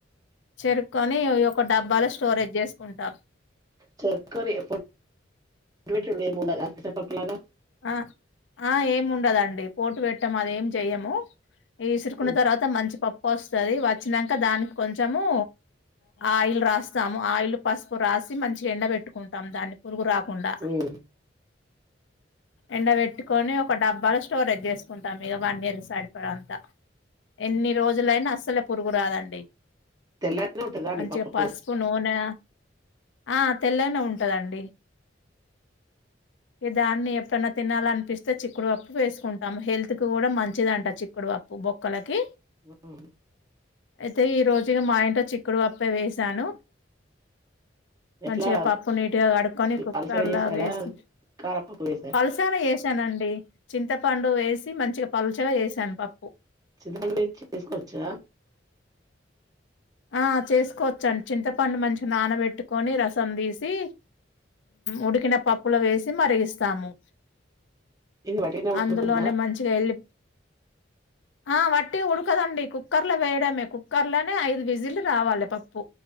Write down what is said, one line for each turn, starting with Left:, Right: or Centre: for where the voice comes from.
Left: చెరుకొని ఒక డబ్బాల స్టోరేజ్ చేసుకుంటాం
Right: చెరుక్కొని ఎప్పుడు పెసరు పప్పు లాగా
Left: ఆ ఆ ఏమి ఉండదండి పోటు పెట్టము అద ఏం చెయ్యము ఇసురుకున్న
Right: హ్మ్
Left: తర్వాత మంచి పప్పు వస్తది వచ్చాక దానికి కొంచెము ఆయిల్ రాస్తాము ఆయిల్ పసుపు రాసి మంచిగా ఎండ పెట్టుకుంటాము దాన్ని పురుగు రా కుండా
Right: హ్మ్.
Left: ఎండ పెట్టుకొని ఒక డబ్బాలు స్టోరేజ్ చేసుకుంటాం ఇక వన్ ఇయర్ సడిపో అంతా ఎన్ని రోజులైనా అస్సలే పురుగు రాదండి
Right: తెల్లగానే ఉంటదా అండి
Left: మంచిగా
Right: పప్పు
Left: పసుపు నూనె ఆ తెల్లనే ఉంటదండి దాన్ని ఎప్పుడైన్నా తినాల అనిపిస్తే చిక్కుడుపప్పు వేసుకుంటాము హెల్త్కి కూడా మంచిదంట చిక్కుడుపప్పు బొక్కలకి
Right: ఆ
Left: అయితే ఈ రోజుగా మా ఇట్ చిక్కుడు పప్పా వేసాను
Right: ఎట్లా
Left: మంచిగా
Right: అది
Left: పప్పు నీట్గా కడుక్కొని కుక్కర్లా
Right: పలసగా చేసారా
Left: వేసి
Right: కారపప్పు వేసారా
Left: పలసను వేసానండి చింతపండు వేసి మంచిగా పల్చగా చేసాను పప్పు
Right: చిత్రపండ వచ్చి చేసుకోవచ్చా
Left: ఆ చేసుకోవచ్చండి చింతపండు మంచిగా నానబెట్టుకొని రసం తీసి ఉడికిన పప్పులు వేసి మరిగిస్తాము
Right: ఇది వట్టిగనే ఉడుకుద్దా
Left: అందులోనే మంచిగా వెళ్ళి ఆ వట్టి ఉడకదండి కుక్కర్ లో వేయడమే కుక్కర్ లోనే ఐదు విిజిలు రావాలి పప్పు